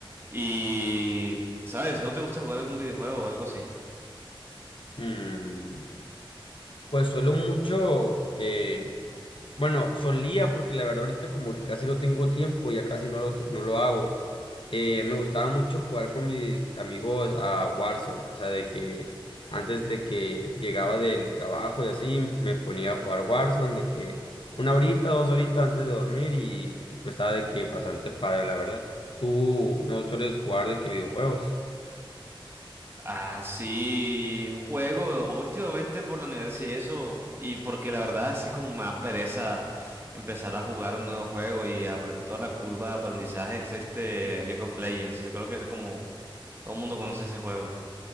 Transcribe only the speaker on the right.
Y, ¿sabes? ¿No te gusta jugar algún videojuego o algo así?
Ah, sí, juego últimamente por la universidad y eso, y porque la verdad es como me da pereza empezar a jugar un nuevo juego y aprender toda la curva de aprendizaje es este League of Legends. Creo que es como todo el mundo conoce ese juego.